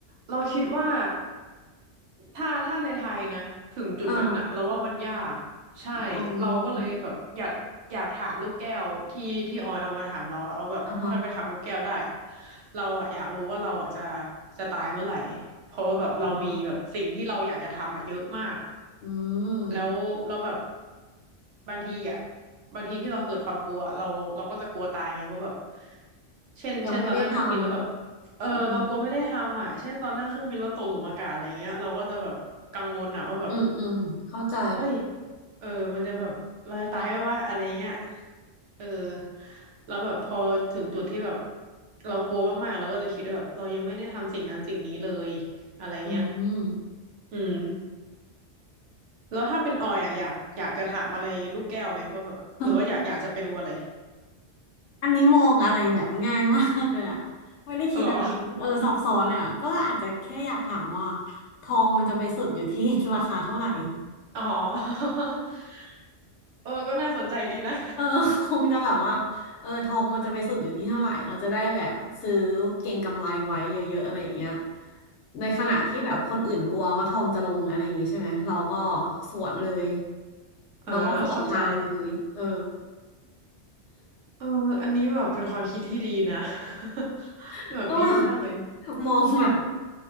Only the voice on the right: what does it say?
เราคิดว่าถ้าถ้าในไทยนะถึงจุดนั้นอะเราว่ามันยากใช่เราก็เลยแบบอยากอยากถามลูกแก้วที่ที่ออยเอามาถามเราอะเอาแบบถ้าไปถามลูกแก้วได้อะ
เราอะอยากรู้ว่าเราอะจะจะตายเมื่อไหร่เพราะว่าแบบเรามีแบบสิ่งที่เราอยากจะทำอะเยอะมาก
แล้วเราแบบบางทีอ่ะบางทีที่เราเกิดความกลัวเราเราก็จะกลัวตายไงว่าแบบเช่นเช่นตอนนั่งเครื่องบินแล้วแบบ
เออเรากลัวไม่ได้ทำอ่ะเช่นตอนนั่งเครื่องบินแล้วตกหลุมอากาศอะไรเงี้ยเราก็จะแบบกังวลอ่ะว่าแบบ
เอ้ยเออมันจะแบบเราจะตายไหมวะอะไรเงี้ยเออแล้วแบบพอถึงจุดที่แบบเรากลัวมากๆเราก็จะคิดว่าแบบเรายังไม่ได้ทำสิ่งนั้นสิ่งนี้เลยอะไรเงี้ย
อืม แล้วถ้าเป็นออยอ่ะอยากอยากจะถามอะไรลูกแก้วไหมว่าแบบหรือว่าอยากอยากจะไปดูอะไร
อ๋อเหรอ
<laughs> อ๋อ <laughs> เออก็น่าสนใจดีนะ
<laughs>
อ่าฮะ
อ่าเข้าใจ
เอออันนี้แบบเป็นความคิดที่ดีนะ <laughs>
แบบดีมากเลย